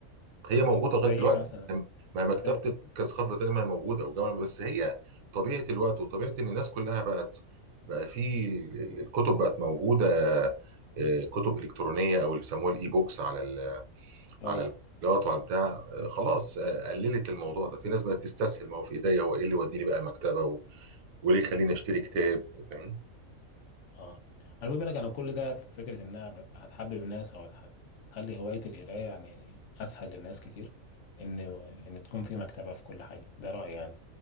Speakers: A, on the right; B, on the left.
A: هي موجوده لغايه
B: زي
A: دلوقتي
B: ايه مثلا
A: ما مكتبه
B: زي
A: كثقافه تانية ما هي موجوده وجامعه بس هي طبيعه الوقت وطبيعه ان الناس كلها بقت بقى في ال- ال- الكتب بقت موجوده آه، كتب الكترونيه او اللي بيسموها الاي بوكس على ال
B: اه
A: على الفيديوهات وعلى بتاع آه، خلاص آه، قللت الموضوع ده في ناس بقت تستسهل ما هو في ايديا هو ايه اللي يوديني بقى مكتبه و- وليه يخليني اشتري كتاب أنت فاهم
B: اه انا بقول لك انا كل ده في فكره ان انا ببقى هتحبب الناس او هتح- هتخلي هوايه القرايه يعني اسهل للناس كتير ان ان تكون في مكتبه في كل حي ده رايي يعني